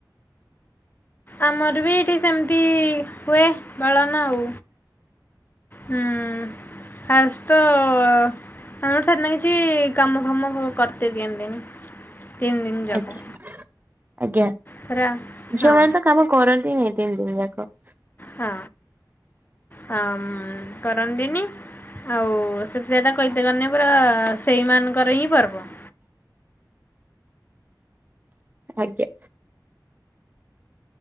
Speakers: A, on the left; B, on the right.
A: ଆମର ବି ଏଇଠି ସେମିତି ହୁଏ ବଳନ ଆଉ। ହଁ ଫାସ୍ ତ ଆମର ସାର ନା କିଛି କାମ ଫାମ <inaudible> କରତେ ଦିଅନ୍ତିନି ତିନ ଦିନ ଯାକ।
B: ଆଜ୍ଞା ଆଜ୍ଞା
A: ପୁରା
B: ଝିଅ
A: ହଁ
B: ମାନେ ତ କାମ କରନ୍ତି ନାଇଁ ତିନି ଦିନି ଯାକ।
A: ହଁ ହଁ ମ କରନ୍ତିନି ଆଉ ସେ ସେଇଟା କହିତେ କରିନି ପୁରା ସେଇମାନଙ୍କର ହିଁ ପର୍ବ।
B: ଆଜ୍ଞା।